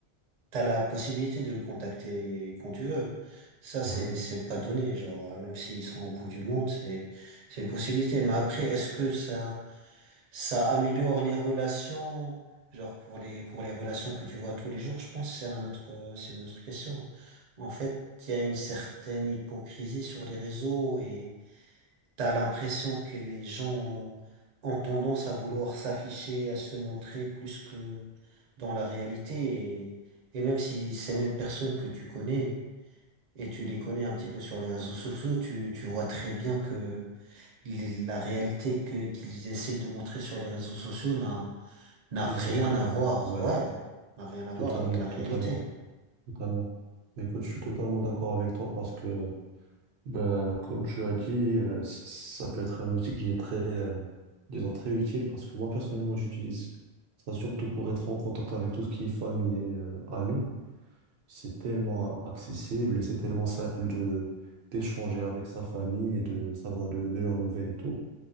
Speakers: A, on the right (about 50°); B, on the right (about 75°).
A: t'as la possibilité de les contacter quand tu veux. Ça,
B: c'est
A: c'est,
B: vrai.
A: c'est pas donné. Genre, même s'ils sont au bout du monde, c'est, c'est une possibilité. Mais après, est-ce que ça Ça améliore les relations, genre pour les pour les relations que tu vois tous les jours, je pense que c'est un autre c'est une autre question. En fait, il y a une certaine hypocrisie sur les réseaux et t'as l'impression que les gens ont tendance à vouloir s'afficher, à se montrer plus que dans la réalité et, et même si ces mêmes personnes que tu connais et tu les connais un petit peu sur les réseaux sociaux, tu tu vois très bien que les- la réalité que qu'ils essayent de montrer sur les réseaux sociaux n'a n'a
B: Non,
A: rien
B: aucun.
A: à voir,
B: Ouais,
A: ouais, n'a rien à voir
B: totalement,
A: avec la réalité.
B: totalement, totalement. Écoute, je suis totalement d'accord avec toi parce que, ben, comme tu as dit, euh, c- ça peut être un outil qui est très, euh, disons, très utile parce que moi, personnellement, j'utilise ça surtout pour être en contact avec tout ce qui est famille et euh, amis. C'est tellement accessible et c'est tellement simple de d'échanger avec sa famille et de savoir de, de leurs nouvelles et tout.